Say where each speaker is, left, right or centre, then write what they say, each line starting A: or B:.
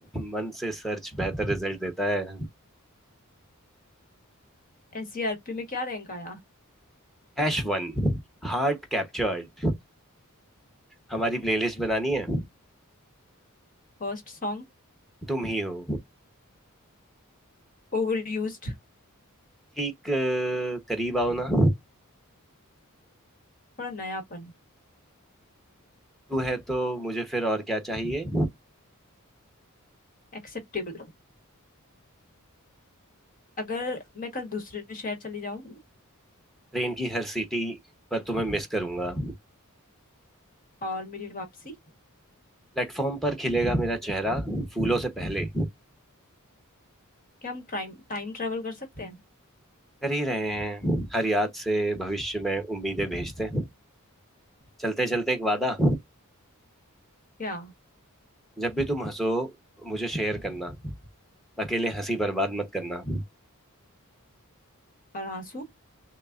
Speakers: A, in the centre; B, on the left (about 40°).
A: मन से सर्च बेहतर रिजल्ट देता है
B: एससीआरपी में क्या रैंक आया
A: Hash one heart captured हमारी प्लेलिस्ट बनानी है
B: First song
A: तुम ही हो
B: Over used
A: ठीक अ, करीब आओ ना
B: थोड़ा नयापन
A: तू है तो मुझे फिर और क्या चाहिए
B: एक्सेप्टेबल अगर मैं कल दूसरे शहर चली जाऊं
A: ट्रेन की हर सीटी पर तुम्हें मिस करूंगा
B: और मेरी वापसी
A: प्लेटफॉर्म पर खिलेगा मेरा चेहरा फूलों से पहले
B: क्या हम टाइम टाइम ट्रेवल कर सकते हैं
A: कर ही रहे हैं हर याद से भविष्य में उम्मीदें भेजते चलते चलते एक वादा
B: क्या
A: जब भी तुम हंसो मुझे शेयर करना अकेले हंसी बर्बाद मत करना
B: और आंसू